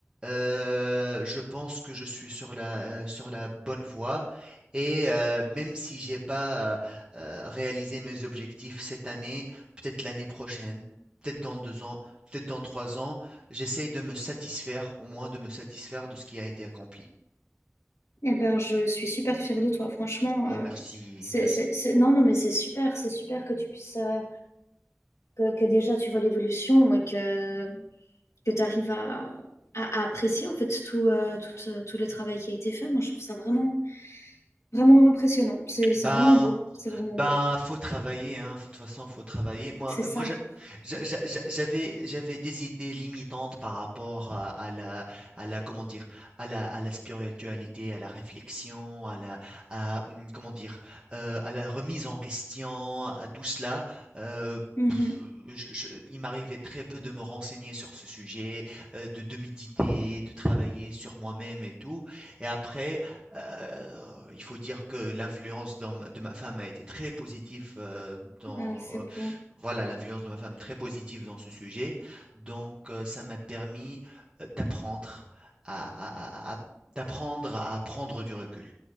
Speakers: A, on the right; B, on the left.
A: Euh, je pense que je suis sur la, euh, sur la bonne voie et euh, même si j'ai pas euh, euh, réalisé mes objectifs cette année, peut-être l'année prochaine, peut-être dans deux ans, peut-être dans trois ans, j'essaye de me satisfaire, au moins de me satisfaire de ce qui a été accompli.
B: Eh ben, je suis super fière de toi, franchement.
A: Ah,
B: euh,
A: merci,
B: c'est,
A: merci.
B: c'est, c'est- Non, non, mais c'est super, c'est super que tu puisses, euh, que, que déjà tu vois l'évolution et que, que tu arrives à, à, à apprécier en fait tout, euh, tout, euh, tout le travail qui a été fait. Moi, je trouve ça vraiment, vraiment impressionnant. C'est,
A: Ben,
B: c'est vraiment beau, c'est vraiment
A: Ben,
B: beau.
A: faut travailler, hein. Faut- De toute façon, faut travailler. Moi,
B: C'est ça.
A: moi, je- j'a- j'a- j'a- j'avais, j'avais des idées limitantes par rapport euh, à la, à la, comment dire, à la, à la spiritualité, à la réflexion, à la, à, hum, comment dire, euh, à la remise en question, à tout cela. Euh,
B: Mhm.
A: pff, je- je- il m'arrivait très peu de me renseigner sur ce sujet, euh, de, de méditer, de travailler sur moi-même et tout. Et après, euh, il faut dire que l'influence dans ma- de ma femme a été très positive euh, dans
B: Ah, c'est
A: euh,
B: beau.
A: voilà l'influence de ma femme très positive dans ce sujet. Donc euh, ça m'a permis euh, d'apprendre à, à- à- à- d'apprendre à prendre du recul.